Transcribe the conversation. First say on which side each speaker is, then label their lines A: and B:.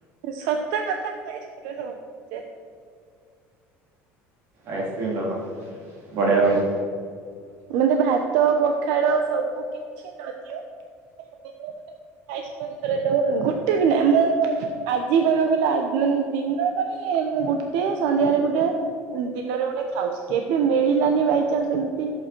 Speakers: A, on the right; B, on the right.
A: ସତ କଥା ମୁଁ ଆଇସ୍କ୍ରିମ୍ ରେ ସବୁ ଭୁଲିଯାଏ।
B: ଆଇସ୍କ୍ରିମ୍ ଲଭର ବଢ଼ିଆ ବଢ଼ିଆ।
A: ମତେ ଭାତ ପଖାଳ ସବୁ କିଛି ନ ଦିଅ ଖାଲି ଦିନକୁ ଗୋଟେ ଆଇସ୍କ୍ରିମ୍ ଥରେ ଦବ ଗୁଟେ ବି ନାଁ ମୁଁ ଆଜି କହିବାକୁ ଗଲେ ଆ ମାନେ ଦିନ କରେ। ମୁଁ ଗୋଟେ ସନ୍ଧ୍ୟାରେ ଗୋଟେ ଦିନରେ ଗୋଟେ ଖାଉଚି କେବେ ମିଳିଲାନି ବାଇଚନ୍ସ ଏମିତି